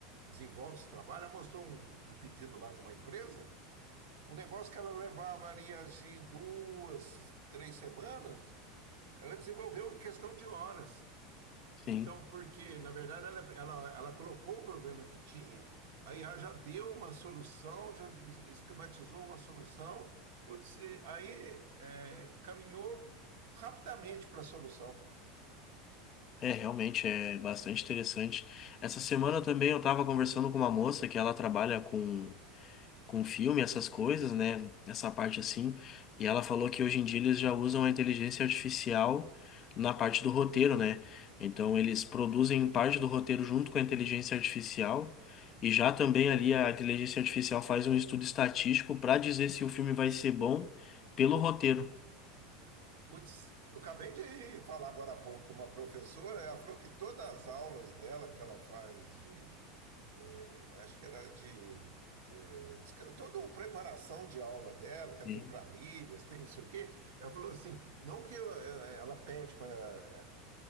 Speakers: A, on the right; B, on the left.
A: desenvolve esse trabalho, ela mostrou um, um pedido lá de uma empresa, um negócio que ela levaria assim duas, três semanas, ela desenvolveu em questão de horas. Então,
B: Sim.
A: porque, na verdade, ela, ela, ela colocou o problema que tinha, aí IA já deu uma solução, já es- esquematizou uma solução, putz, e aí é, caminhou rapidamente para a solução.
B: É, realmente, é bastante interessante. Essa semana também eu estava conversando com uma moça que ela trabalha com com filme, essas coisas, né? Essa parte assim. E ela falou que hoje em dia eles já usam a inteligência artificial na parte do roteiro, né? Então eles produzem parte do roteiro junto com a inteligência artificial. E já também ali a inteligência artificial faz um estudo estatístico para dizer se o filme vai ser bom pelo roteiro.
A: Putz, eu acabei de falar agora há pouco com uma professora, ela falou que todas as aulas dela que ela faz de é, é, acho que era de, é, desca- toda uma preparação de aula dela, que ela
B: Sim,
A: tem planilhas, tem não sei o quê. Ela falou assim, não que eu- ela ela pede para